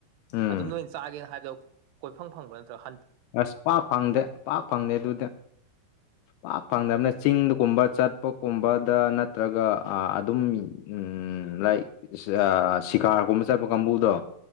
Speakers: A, on the left; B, on the right.
A: ꯎꯝ
B: ꯑꯗꯨꯝ ꯅꯣꯏꯅ ꯆꯥꯒꯦꯅ ꯍꯥꯏꯕꯗꯣ ꯀꯣꯏꯐꯝ ꯐꯪꯕ ꯅꯠꯇ꯭ꯔꯒ
A: ꯑꯁ ꯄꯥꯛ ꯐꯪꯗꯦ ꯄꯥꯛ ꯐꯪꯗꯦ ꯑꯗꯨꯗ ꯄꯥꯛ ꯐꯪꯗꯕꯅ ꯆꯤꯡꯒꯨꯝꯕ ꯆꯠꯄꯒꯨꯝꯕꯗ ꯅꯠꯇ꯭ꯔꯒ ꯑꯗꯨꯝ ꯎꯝ ꯂꯥꯏꯛ ꯁꯤꯀꯥꯔꯒꯨꯝꯕ ꯆꯠꯄ ꯀꯥꯡꯕꯨꯗꯣ